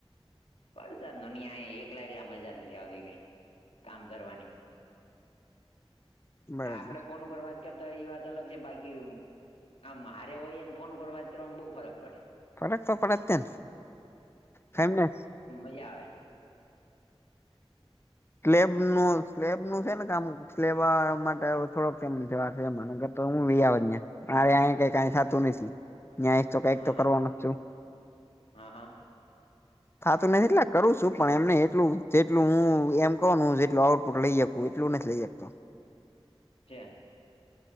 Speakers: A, on the left; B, on the left.
A: વરસાદ માં અહિયા એકલા એકલા મજા નથી આવતી કઈ કામ કરવાની
B: બરાબર
A: આપડે ફોન ઉપર વાત કરતા હોય એ વાત અલગ છે બાકી આમ હારે હોય એને ફોન ઉપર વાત કરવામાં બહુ ફરક પડે
B: ફરક તો પડે તે તેમને
A: ત્યા આવે
B: સ્લેબ નું સ્લેબ નું છે ને કામ લેવા માટે થોડો <unintelligible> એન કરતાં હું લઈ આવત મારે અહી કઈ કઈ થાતું નથી ત્યા આવીશ તો કઈક
A: હા
B: તો કરવાનું
A: હા
B: છું
A: હા હા
B: હા થાતું નથી એટલે કરું છું પણ એમને એટલું જેટલું હું એમ કહોનું જેટલું આઉટપુટ લઈ હું એટલું નથી લઈ શકતો
A: છે.